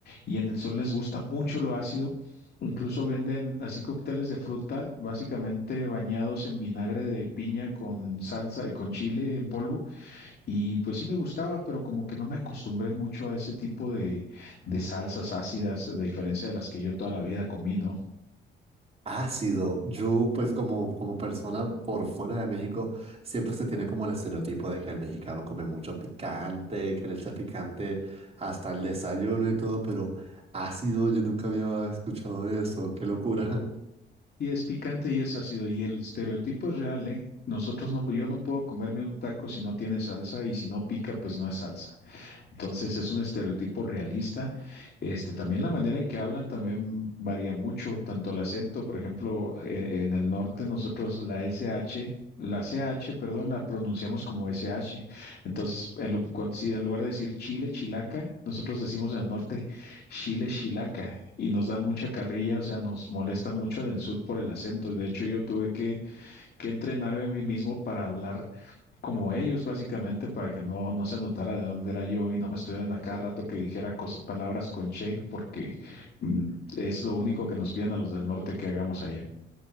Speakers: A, on the left (about 55°); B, on the right (about 30°).
A: Y en el sur les gusta mucho lo ácido. Incluso venden así cócteles de fruta, básicamente bañados en vinagre de piña con salsa y con chile en polvo y pues sí me gustaba, pero como que no me acostumbré mucho a ese tipo de, de salsas ácidas, de diferencia de las que yo toda la vida comí, ¿no?
B: Ácido. Yo, pues como, como persona por fuera de México, siempre se tiene como el estereotipo de que el mexicano come mucho picante, que le echa picante hasta el desayuno y todo, pero ácido, yo nunca había escuchado eso, qué locura.
A: Y es picante y es ácido, y el estereotipo es real, ¿eh? Nosotros no, yo no puedo comerme un taco si no tiene salsa, y si no pica, pues no es salsa. Entonces es un estereotipo realista. Este, también la manera en que hablan también varía mucho, tanto el acento, por ejemplo, e- en el norte nosotros la SH, la CH, perdón, la pronunciamos como SH. Entonces, en, lu- cuan- si en lugar de decir Chile, Chilaca, nosotros decimos en el norte Chile, Chilaca y nos dan mucha carrilla, o sea, nos molestan mucho en el sur por el acento. De hecho, yo tuve que, que entrenarme a mí mismo para hablar como ellos, básicamente, para que no, no se notara de dónde era yo y no me estuvieran a cada rato que dijera cos- palabras con che, porque mm, es lo único que nos piden a los del norte que hagamos allá.